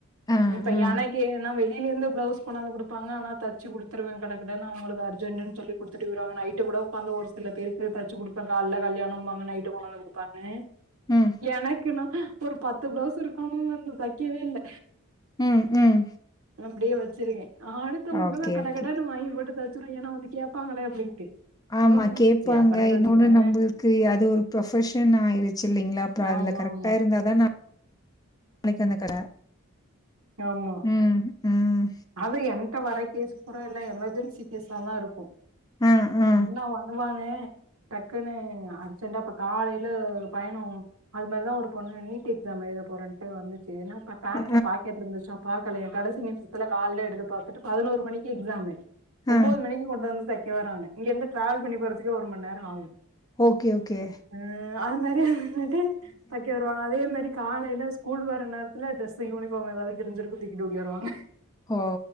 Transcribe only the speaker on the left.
ஆ,
ஆ.
ம்,
ம் ம்
ஓகே,
ஓகே.
ஆமா
கேப்பாங்க
இன்னொன்னு நம்பள்க்கு அது ஒர் ப்ரொஃபெஷன் ஆயிருச்சில்லைங்ளா அப்ப அதுல
கரெக்டா
இருந்தா தான ஒழைக்கு அந்தக்கட
ம் உம்
ஆ, ஆ.
அ,
ஆ.
ஓகே ஓகே
ஓ